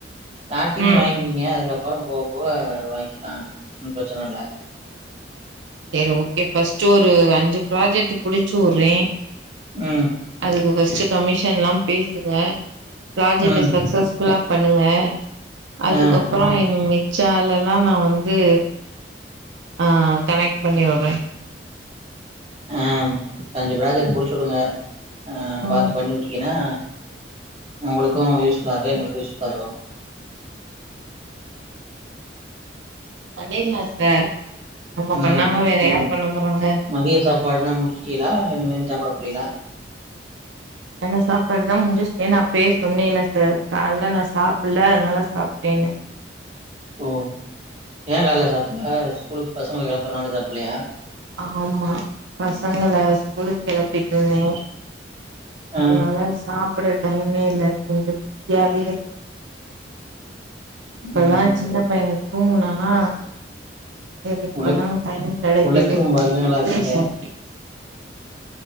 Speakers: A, on the right (about 30°); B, on the right (about 80°).
A: ஸ்டார்டிங்
B: ம்
A: வாங்கிங்க அதுக்கப் அப்பறம் போக போக வாங்கிக்கலா ஒன்னு பிரச்சன இல்ல
B: செரி ஓகே ஃபர்ஸ்ட்டு ஒரு அஞ்சு ப்ராஜெக்ட்டு புடுச்சு வுர்றே
A: ம்
B: அதுக்கு ஃபஸ்ட்டு கமிஷன்லா பேசுங்க ப்ராஜெக்ட்ட
A: ம்.
B: சக்சஸ்ஃபுல்லா பண்ணுங்க அதுக்கப்புறோ
A: ஆ,
B: இன்மே சேலல்லா நா வந்து ஆ கனெக்ட் பண்ணிவுட்றே
A: ஆ அஞ்சு ப்ராஜெக்ட்டு புடுச்சுவுடுங்க ஆ
B: ம்
A: பாத்து பண்ணி வுட்டிக்கன்னா உங்களுக்கு யூ ஸ்ஃபுல்லா இருக்கு எங்களுக்கு யூஸ் ஃபுல்லா இருக்கு
B: பண்ணிட்லா சார் நம்ம
A: ம்
B: பண்ணாம வேற யார் பண்ண போறாங்க
A: மதிய சாப்பாடுனா முடுச்சிட்டியலா இல்ல இனிமேதா சாப்புட போறியலா
B: ய சாப்பாடுதா முடுச்ட்டேனு அப்பவே சொன்னேல சார் கால்ல நா சாப்புல்ல அதுனால சாப்டேனு
A: ஓ ஏ கால்ல சாப்புல்ல ஸ்கூலுக்கு பசங்க கெளபுறனால சாப்புல்லையா
B: ஆமா பசங்கள ஸ்கூலுக்கு கெளப்பிட்டு இருந்தே அதனால
A: ஆ,
B: சாப் பட் எனக் டைமே இல்ல கொஞ்சோ பிஸியாவே இருந்துச்சு இப்பதா
A: ம்.
B: சின்ன பையன் தூங்னானா செரி இப்பதா
A: உழைப்
B: டைம் கெடைக்குதுன்னு
A: உழைக்கும் வர்க்கங்களாக்கிய
B: சொல்லிட்டு சாப்ட